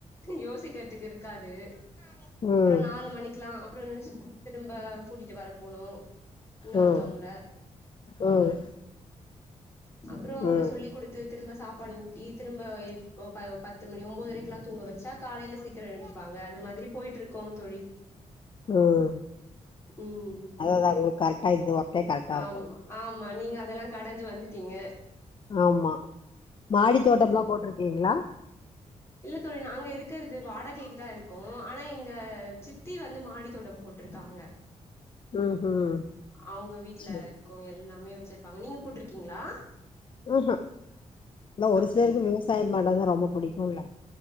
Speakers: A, on the left; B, on the left.
A: யோசிக்கிறதுக்கு இருக்காது
B: ம்
A: அப்றோ நாலு மணிக்லாம் அப்றோ திரும்ப கூட்டிட்டு வரப்போணு இன்னொருத்தவங்கள
B: ம் ம்
A: அப்றோ அவங்கள
B: ம்
A: சொல்லி குடுத்து திரும்ப சாப்பாடு ஊட்டி திரும்ப எ பத்து மணியும் ஒம்பது அரைக்கு எல்லா தூங்க வச்சா காலையில சீக்கிரம் எழுந்துப்பாங்க அது மாரி போயிட்டு இருக்கோம் தோழி
B: ம்
A: ம்
B: அததா உங்களுக்கு கரெக்டா இந்த ஒர்க்கே கரெக்டா
A: ஆமா
B: இருக்கு
A: ஆம் ஆமா நீங்க அதெல்லா கடந்து வந்துட்டீங்க
B: ஆமா மாடி
A: ஆ
B: தோட்டம் எல்லா போட்டிருக்கீங்களா
A: இல்ல தோழி நாங்க இருக்கிறது வாட கைக்கு தா இருக்கோம் ஆனா எங்க சித்தி வந்து மாடித்தோட்டம் போட்டிருக்காங்க
B: ம்
A: அவுங்க வீட்ல
B: சேரி
A: இருக்கும் எல்லாமே வச்சிருப்பாங்க நீங்க போட்டுருக்கீங்களா
B: ஆஹா அதல்ல ஒரு
A: அப்டின்னு
B: சிலருக்கு விவசாய பண்றது தா ரொம்ப புடிக்கும் லா